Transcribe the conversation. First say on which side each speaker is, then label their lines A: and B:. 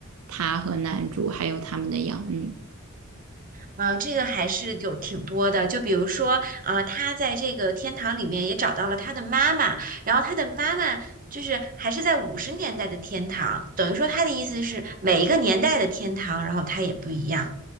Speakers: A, on the right; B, on the right.
A: 她和男主还有他们的养女？
B: 啊，这个还是有挺多的，就比如说，啊，他在这个天堂里面也找到了他的妈妈，然后他的妈妈就是还是在五十年代的天堂，等于说他的意思是每一个年代的天堂，然后它也不一样。